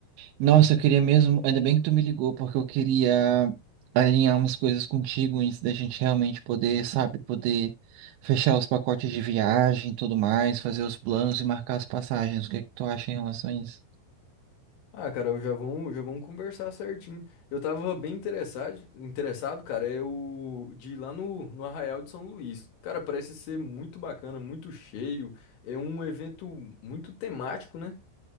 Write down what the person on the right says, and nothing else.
nossa, eu queria mesmo, ainda bem que tu me ligou, porque eu queria alinhar umas coisas contigo antes da gente realmente poder, sabe, poder fechar os pacotes de viagem e tudo mais, fazer os planos e marcar as passagens. O que é que tu acha em relação a isso?